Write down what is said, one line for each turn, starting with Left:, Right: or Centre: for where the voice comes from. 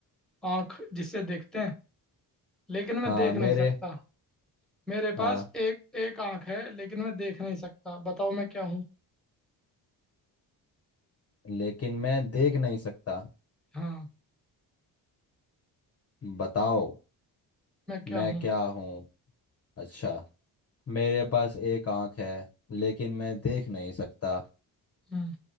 Centre: आंख जिसे देखते हैं लेकिन मैं
Left: हाँ
Centre: देख
Left: मेरे
Centre: नहीं सकता मेरे
Left: हाँ
Centre: पास एक एक आंख है लेकिन मैं देख नहीं सकता बताओ मैं क्या हूँ
Left: लेकिन मैं देख नहीं सकता
Centre: हाँ
Left: बताओ
Centre: मैं क्या
Left: मैं
Centre: हूँ
Left: क्या हूँ अच्छा मेरे पास एक आंख है लेकिन मैं देख नहीं सकता
Centre: हम्म